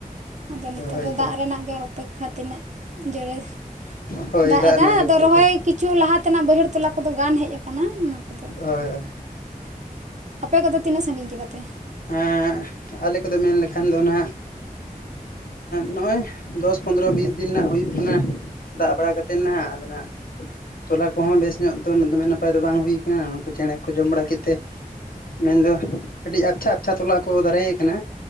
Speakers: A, on the right (about 50°); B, on the left (about 70°).
A: ᱟᱫᱚ ᱱᱤᱛᱚᱜ
B: ᱦᱳᱭᱛᱚ
A: ᱫᱚ ᱫᱟᱜ ᱨᱮᱱᱟᱜ ᱜᱮ ᱚᱯᱮᱠᱠᱷᱟ ᱛᱤᱱᱟᱹᱜ ᱡᱳᱨᱮ
B: ᱦᱳᱭ
A: ᱫᱟᱜ ᱮᱫᱟ
B: ᱨᱮᱱᱟᱜ ᱜᱮ
A: ᱟᱫᱚ
B: ᱚᱯᱮᱠᱠᱷᱟ
A: ᱨᱚᱦᱚᱭ ᱠᱤᱪᱷᱩ ᱞᱟᱦᱟ ᱛᱮᱱᱟᱜ ᱵᱟᱹᱭᱦᱟᱹᱲ ᱛᱚᱞᱟ ᱠᱚᱫᱚ ᱜᱟᱱ ᱦᱮᱡ ᱟᱠᱟᱱᱟ ᱚᱱᱟ ᱠᱚᱫᱚ,
B: ᱦᱳᱭ ᱦᱳᱭ,
A: ᱟᱯᱮ ᱠᱚᱫᱚ ᱛᱤᱱᱟᱹᱜ ᱥᱟᱺᱜᱤᱧ ᱠᱮᱫᱟᱯᱮ,
B: ᱮᱸᱻ ᱟᱞᱮ ᱠᱚᱫᱚ ᱢᱮᱱ ᱞᱮᱠᱷᱟᱱ ᱫᱚ ᱱᱟᱜ, ᱱᱚᱜ-ᱚᱭ ᱫᱚᱥ ᱯᱚᱱᱨᱚ ᱵᱤᱥ ᱫᱤᱱ ᱱᱟᱜ ᱦᱩᱭᱩᱜ ᱠᱟᱱᱟ᱾ ᱫᱟᱜ ᱵᱟᱲᱟ ᱠᱟᱛᱮᱱ ᱦᱟᱜ ᱟᱫᱚ ᱱᱟᱜ, ᱛᱚᱞᱟ ᱠᱚᱦᱚᱸ ᱵᱮᱥ ᱧᱚᱜ ᱫᱚ ᱫᱚᱢᱮ ᱱᱟᱯᱟᱭ ᱫᱚ ᱵᱟᱝ ᱦᱩᱭ ᱠᱟᱱᱟ ᱩᱱᱠᱩ ᱪᱮᱬᱮ ᱠᱚ ᱡᱚᱢ ᱵᱟᱲᱟ ᱠᱮᱫ ᱛᱮ ᱢᱮᱱᱫᱚ ᱟᱹᱰᱤ ᱟᱪᱷᱟ ᱟᱪᱷᱟ ᱛᱚᱞᱟ ᱠᱚ ᱫᱟᱨᱮ ᱠᱟᱱᱟ